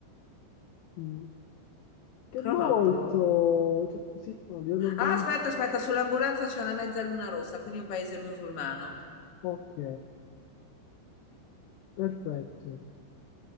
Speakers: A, on the left; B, on the left.
A: Mm. Che è
B: Prova
A: molto...
B: un po'.
A: Cioè, sì, a livello urbanizzato.
B: Ah, aspetta, aspetta, sull'ambulanza c'è una mezzaluna rossa, quindi un paese musulmano.
A: Ok, perfetto.